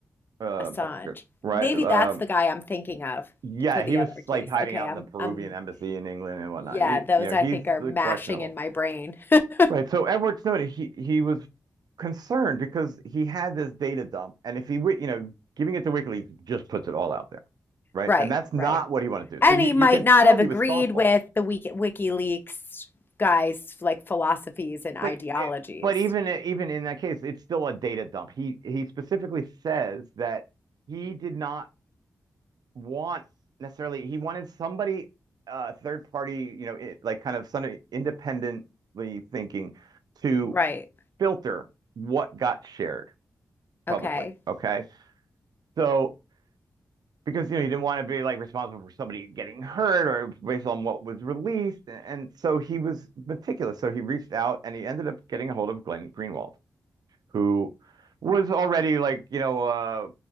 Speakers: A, on the right (about 70°); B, on the left (about 30°).
A: Um
B: Assange.
A: I forget. Right.
B: Maybe
A: Um
B: that's the guy I'm thinking of
A: yeah,
B: for the
A: he was
B: other
A: like
B: case.
A: hiding
B: Okay,
A: out
B: I'm
A: in the Peruvian
B: I'm
A: embassy in England and whatnot.
B: yeah,
A: He,
B: those
A: you know,
B: I
A: he's
B: think are mashing
A: questionable.
B: in my brain. <laughs>
A: Right. So Edward Snowden, he he was concerned because he had this data dump, and if he, wi- you know, giving it to WikiLeaks just puts it all out there, right?
B: Right,
A: And that's not
B: right.
A: what he wanted to do.
B: And
A: So you
B: he
A: you
B: might
A: can
B: not
A: tell
B: have
A: he
B: agreed
A: was thoughtful,
B: with the Wiki WikiLeaks guys' like philosophies and ideologies.
A: but it- but even even in that case, it's still a data dump. He he specifically says that he did not want necessarily. He wanted somebody, uh, third party, you know, it, like kind of somebody independently thinking to
B: Right.
A: filter what got shared publicly.
B: Okay.
A: Okay. So because you know he didn't want to be like responsible for somebody getting hurt or based on what was released, and so he was meticulous. So he reached out and he ended up getting a hold of Glenn Greenwald, who was already like you know uh,